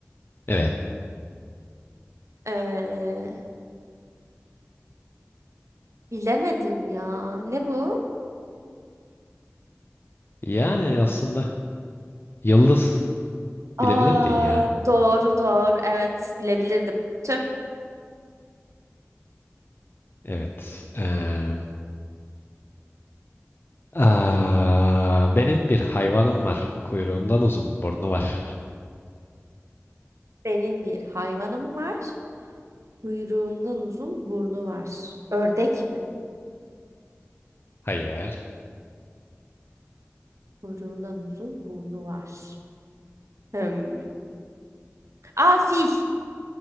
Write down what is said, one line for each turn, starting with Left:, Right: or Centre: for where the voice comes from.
Left: Evet.
Right: Ee, bilemedim ya. Ne bu?
Left: Yani aslında yıldız
Right: Aa
Left: bilebilirdin ya.
Right: doğru doğru evet bilebilirdim. Tüh.
Left: Evet. Eee, aa, benim bir hayvanım var. Kuyruğundan uzun burnu var.
Right: Benim bir hayvanım var. Kuyruğundan uzun burnu var. Ördek mi?
Left: Hayır.
Right: Kuyruğundan uzun burnu var. Hmm. Aa fil.